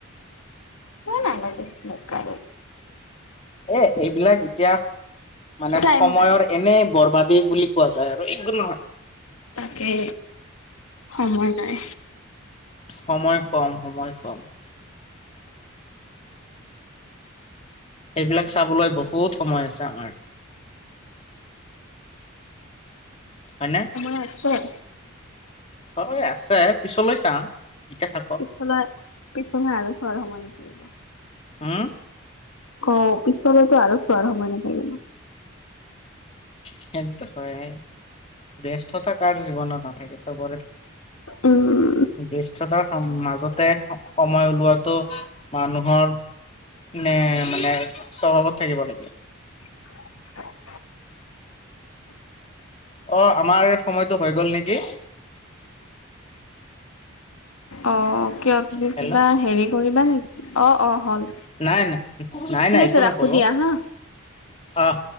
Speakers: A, on the left; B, on the left.
A: নালাগে। বেকাৰ
B: এ - এইবিলাক এতিয়া মানে
A: টাইম
B: সময়ৰ
A: নাই
B: এনে বৰবাদী বুলি কোৱা যায়। আৰু এই নহয়
A: তাকে সময় নাই।
B: সময় কম - সময় কম। এইবিলাক চাবলৈ বহুত সময় আছে আমাৰ। হয়নে।
A: হয় - হয়।
B: হয় আছে পিছলৈ চাম এতিয়া থাকক।
A: পিছলৈ - পিছলৈহ আৰু ছৰ সময়ে থাকিব।
B: হম,
A: অঁ পিছলৈতো আৰু চোৱাৰ সময় নাথাকিব।
B: সেইটো হয় ব্যস্ততা কাৰ জীৱনত নাথাকে। এই চব কৰে।
A: উম।
B: ব্যস্ততাৰ মাজতে সময় ওলোৱাটো মানুহৰ নে মানে স্বভাৱত থাকিব লাগে
A: <unintelligible>
B: অ আমাৰ সময়টো হৈ গ'ল নেকি।
A: অ কিয় তুমি
B: হেল্ল'
A: কিবা হেৰি কৰিবা নেকি? অ অ হ'ল।
B: নাই নাই নাই
A: ঠিক
B: নাই
A: আছে
B: একো
A: ৰাখো
B: নকৰো।
A: দিয়া <unintelligible>
B: অহ'